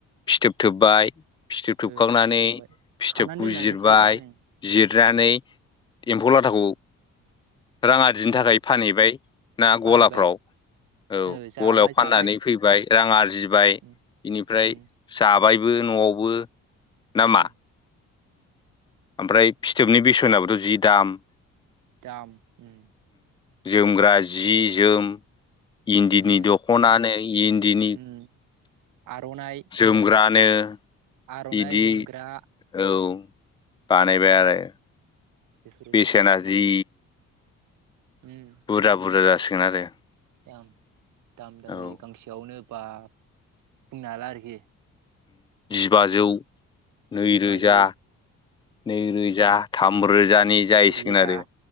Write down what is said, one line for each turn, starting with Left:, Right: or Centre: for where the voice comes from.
Left: फिथोब थोबबाय। फिथोब थोबखांनानै
Right: ओ फिथोब थोबबाय
Left: फिथोबखौ
Right: खानानै दोननानै
Left: जिरबाय
Right: फिथोब थोबबाय ओं
Left: जिरनानै एम्फौ लाथाखौ रां आरजिननो थाखाय
Right: उम
Left: फानहैबाय ना
Right: फानबाय
Left: गलाफ्राव। औ
Right: ओ जाबाय
Left: गलायाव फाननानै
Right: जाबाय
Left: फैबाय रां आरजिबाय बेनिफ्राय
Right: उम उम
Left: जाबाय। बेयावबो न'आवबो।
Right: औ।
Left: ना मा ओमफ्राय फिथोबनि बेसनाबोथ' जि दाम।
Right: दाम ओ।
Left: जोमग्रा जि जोम इन्दिनि
Right: उम
Left: दखनानो इन्दिनि।
Right: उम आर'नाइ
Left: जोमग्रानो।
Right: आर'नाइ
Left: बिदि
Right: जोमग्रा
Left: औ बानायबाय
Right: उम
Left: आरो।
Right: बेफोरबायदि
Left: बेसेना
Right: आरो
Left: जि।
Right: उम
Left: बुरजा बुरजा जासिगोन आरो।
Right: दाम दाम दाम
Left: औ
Right: जायो गांसेयावनो बा बुंनो हाला आरोखि।
Left: जिबाजौ नैरोजा
Right: जिबाजौ
Left: नैरोजा थामरोजानि
Right: सेेरोजा
Left: जाहैसिगोन आरो।